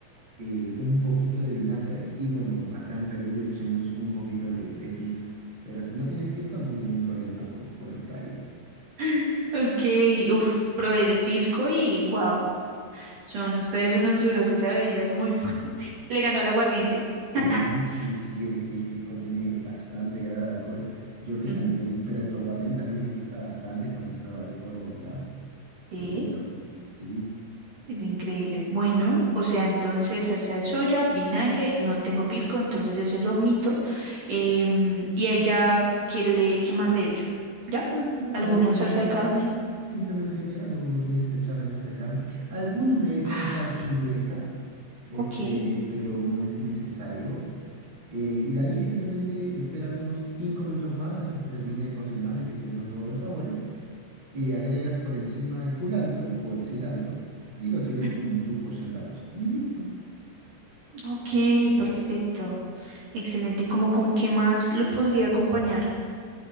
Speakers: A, on the right (about 30°); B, on the right (about 50°).
A: eh, un poquito de vinagre y bueno, acá en Perú le echemos un poquito de, de pisco, pero si no tienes pisco no hay ningún problema con, con lo que haya.
B: <laughs> Ok, uf, probé el pisco y wow, son ustedes unos duros, esa bebida es muy fuerte. <laughs> Le ganó al aguardiente. <laughs>
A: No, sí, sí, aquí el pisco tiene bastante grado de alcohol. Yo que
B: Ujú,
A: también, pero tu aguardiente también me gusta bastante cuando he estado ahí por Bogotá.
B: Sí.
A: Muy rico. Sí,
B: Es increíble. Bueno, o sea, entonces salsa de soya, vinagre, no tengo pisco, entonces ese lo omito. Em, y ahí ya, ¿qué le, qué más le echo? ¿Ya?
A: pues no,
B: ¿Alguna
A: ahí simplemente
B: salsa de carne?
A: queda. Simplemente queda, no, no tienes que echarle salsa de carne. Algunos le echan
B: Ah,
A: salsa inglesa, este,
B: ok.
A: pero no es necesario. Eh, y de ahí simplemente esperas unos 5 minutos más a que se termine de cocinar y que se unan todos los sabores. eh, agregas por encima el culantro o el cilantro y lo sirves
B: Ujú.
A: con tu porción de arroz. Y listo.
B: Ok, perfecto. Excelente. ¿Y como con qué más lo podría acompañar?